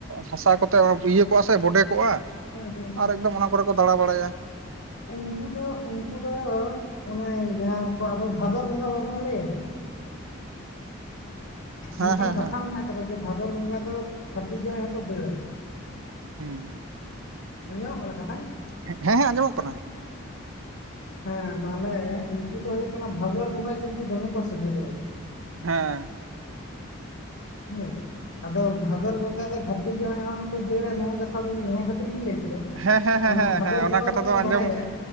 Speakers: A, on the right (about 75°); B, on the left (about 85°).
A: ᱦᱟᱥᱟ ᱠᱚᱛᱮ ᱤᱭᱟᱹ ᱠᱚᱜᱼᱟ ᱥᱮ ᱵᱚᱰᱮ ᱠᱚᱜᱼᱟ,
B: ᱦᱮᱸ
A: ᱟᱨ ᱮᱠᱫᱚᱢ ᱚᱱᱟ ᱠᱚᱨᱮ ᱠᱚ ᱫᱟᱲᱟ ᱵᱟᱲᱟᱭᱟ᱾
B: ᱩᱱᱠᱩ ᱫᱚ ᱩᱱᱠᱩ ᱫᱚᱻ ᱚᱱᱮ ᱡᱟᱸᱦᱟ ᱠᱚ ᱟᱵᱚ ᱵᱷᱟᱫᱚᱨ ᱵᱚᱸᱜᱟ ᱵᱟᱵᱚᱱ ᱞᱟᱹᱭᱟ
A: ᱦᱮᱸ
B: ᱢᱤᱫᱴᱟᱹᱝ
A: ᱦᱮᱸ
B: ᱠᱟᱛᱷᱟ
A: ᱦᱮᱸ
B: ᱢᱮᱱᱟᱜ ᱠᱟᱫᱟ ᱡᱮ ᱵᱷᱟᱫᱚᱨ ᱵᱚᱸᱜᱟ ᱫᱚ ᱜᱷᱟᱨᱫᱤ ᱡᱟᱶᱟᱭ ᱦᱚᱸᱠᱚ ᱫᱟᱹᱲᱟ᱾
A: ᱦᱩᱸ
B: ᱟᱸᱡᱚᱢᱚᱜ ᱠᱟᱱᱟ ᱠᱟᱛᱷᱟ?
A: ᱦᱮᱸ ᱦᱮᱸ ᱟᱸᱡᱚᱢᱚᱜ ᱠᱟᱱᱟ᱾
B: ᱦᱮᱸ ᱛᱟᱦᱚᱞᱮ ᱩᱱᱠᱩ ᱫᱚ ᱦᱩᱭᱩᱜ ᱠᱟᱱᱟ ᱵᱷᱟᱹᱫᱚᱨ ᱵᱚᱸᱜᱟ ᱠᱤᱱᱛᱩ ᱫᱚᱢᱮ ᱠᱚ ᱥᱤᱵᱤᱞᱚᱜᱼᱟ᱾
A: ᱦᱮᱸ
B: ᱦᱮᱸ ᱟᱫᱚ ᱵᱷᱟᱫᱚᱨ ᱵᱚᱸᱜᱟ ᱫᱚ ᱜᱷᱟᱨᱫᱤ ᱡᱟᱶᱟᱭ ᱦᱚᱸᱠᱚ ᱫᱟᱹᱲᱟ ᱱᱚᱣᱟ ᱠᱟᱛᱷᱟ ᱫᱚ ᱱᱚᱣᱟ ᱠᱷᱟᱹᱛᱤᱨᱤᱧ ᱞᱟᱹᱭ ᱠᱮᱫᱟ
A: ᱦᱮᱸ ᱦᱮᱸ ᱦᱮᱸ
B: ᱚᱱᱟ
A: ᱦᱮᱸ
B: ᱵᱷᱟᱫᱚᱨ
A: ᱦᱮᱸ ᱚᱱᱟ
B: ᱵᱚᱸᱜᱟ
A: ᱠᱟᱛᱷᱟ
B: ᱫᱚᱵᱚᱱ
A: ᱫᱚ
B: ᱵᱟᱲᱟᱭᱟ
A: ᱟᱸᱡᱚᱢ